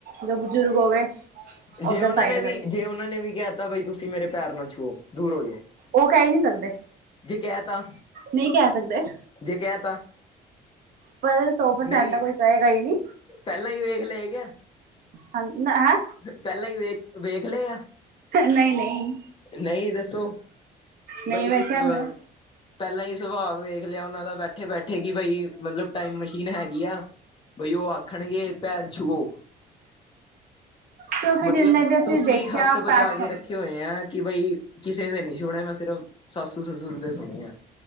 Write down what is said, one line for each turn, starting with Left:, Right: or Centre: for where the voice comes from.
Right: ਜੋ ਬਜ਼ੁਰਗ ਹੋ ਗਏ। ਉੱਧਰ
Left: ਜੇ ਉਹਨਾਂ
Right: ਸਾਈਡ
Left: ਨੇ ਵੀ
Right: ਦੇ
Left: ਜੇ ਉਹਨਾਂ ਨੇ ਵੀ ਕਹਿ ਤਾ ਬਈ ਤੁਸੀਂ ਮੇਰੇ ਪੈਰ ਨਾਲ ਛੂਹੋ ਦੂਰ ਹੋ ਜਾਓ।
Right: ਉਹ ਕਹਿ ਹੀ ਨਹੀਂ ਸਕਦੇ
Left: ਜੇ ਕਹਿ ਤਾ
Right: ਨਹੀਂ ਕਹਿ ਸਕਦੇ।
Left: ਜੇ ਕਹਿ ਤਾ
Right: ਪਰ ਸੌ ਪ੍ਰਸੈਂਟ
Left: ਨਹੀਂ
Right: ਤਾਂ ਕੋਈ ਕਹੇਗਾ ਹੀ ਨਹੀ।
Left: ਪਹਿਲਾਂ ਹੀ ਵੇਖ ਲਿਆ ਕਿਆ।
Right: ਹਾਂ ਜੀ ਨਾ ਹੈ?
Left: ਪਹਿਲਾਂ ਹੀ ਵੇਖ ਵੇਖ ਲਏ ਆ?
Right: ਨਹੀਂ ਨਹੀਂ
Left: ਨਹੀਂ, ਦੱਸੋ
Right: ਨਹੀਂ
Left: ਬਈ
Right: ਵੇਖਿਆ
Left: ਅ।
Right: ਨਹੀਂ
Left: ਪਹਿਲਾਂ ਹੀ ਸੁਭਾਅ ਵੇਖ ਲਿਆ ਉਹਨਾਂ ਦਾ ਬੈਠੇ ਬੈਠੇ ਕਿ ਬਈ ਮਤਲਬ ਟਾਈਮ ਮਸ਼ੀਨ ਹੈਗੀ ਆ। ਬਈ ਉਹ ਆਖਣਗੇ ਪੈਰ ਛੂਹੋ।
Right: ਕਿਉਂਕਿ
Left: ਮਤਲਬ,
Right: ਜਿੰਨੇ ਵੀ ਅਸੀਂ
Left: ਤੁਸੀਂ
Right: ਦੇਖਿਆ
Left: ਹੱਥ ਬਚਾ
Right: ਪੈਟਸਨ
Left: ਕੇ ਰੱਖੇ। ਤੇ ਹੋਏ ਆ ਕਿ ਬਈ ਕਿਸੇ ਦੇ ਨੀ <unintelligible> ਮੈਂ ਸਿਰਫ ਸੱਸੂ ਸਸੂਰ ਦੇ <unintelligible> ਆ।